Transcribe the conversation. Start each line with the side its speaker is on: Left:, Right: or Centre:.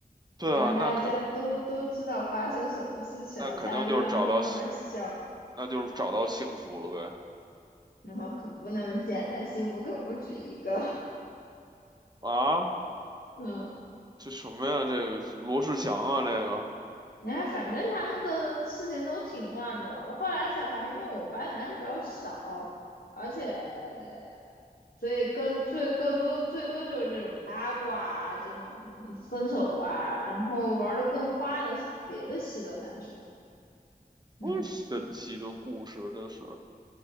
Right: 对啊，
Left: 当然大家都都知道发生什么事情了，
Right: 那肯那肯定就是找到，
Left: 大家都在默默那儿笑，
Right: 那就是找到幸福了呗。
Left: 然后可不那么简单，幸福可不止一个，
Right: 啊，
Left: <laughs> 嗯。
Right: 这什么呀？这个罗志祥啊，这个
Left: 你看，反正他们的事情都挺乱的。我后来才发现，因为我们班男生比较少，而且所以更最更多最多就是这种八卦啊这种分手啊，然后玩的更花的是别的系的男生。嗯，
Right: 多神奇的故事，这是